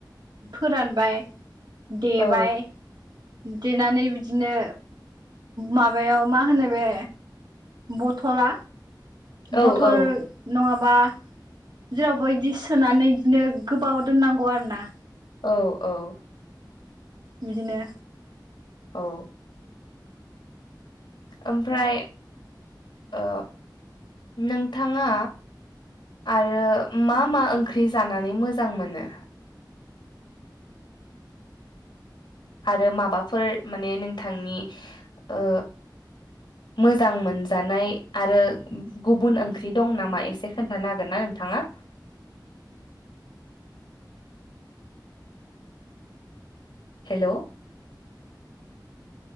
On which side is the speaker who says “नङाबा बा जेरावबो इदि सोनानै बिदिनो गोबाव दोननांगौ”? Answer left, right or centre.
Right